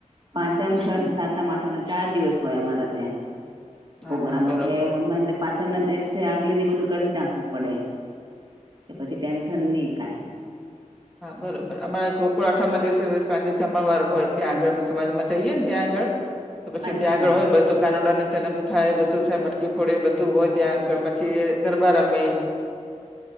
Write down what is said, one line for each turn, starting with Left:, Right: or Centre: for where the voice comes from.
Right: પાંચમ,
Centre: હમ
Right: છઠ, સાતમ, આઠમ ચાર દિવસ હોય અમારે ત્યાં.
Centre: હા
Right: પોગ્રામ
Centre: હા બરોબર
Right: એટલે મન તો પાંચમ ના દિવસે આગલે દી બધું કરી જ નાખવું પડે. કે પછી ટેન્શન નહીં કાંઈ.
Centre: હા બરોબર. અમારા ગોકુળ આઠમના દિવસે <unintelligible> સાંજે જમણવાર હોય, ત્યાં આગળ અમે સમાજમાં જઈએ ને ત્યાં આગળ તો પછી
Right: અચ્છા
Centre: ત્યાં આગળ હોય. બધું કાનડાનો જન્મ થાય, બધું થાય, મટકી ફોડે, બધું હોય ત્યાં આગળ, પછી ગરબા રમે.